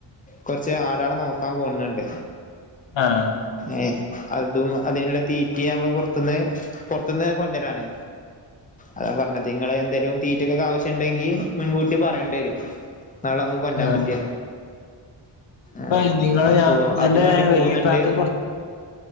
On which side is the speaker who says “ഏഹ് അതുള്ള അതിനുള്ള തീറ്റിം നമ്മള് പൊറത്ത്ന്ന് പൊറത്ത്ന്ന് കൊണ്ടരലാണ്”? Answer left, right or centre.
Left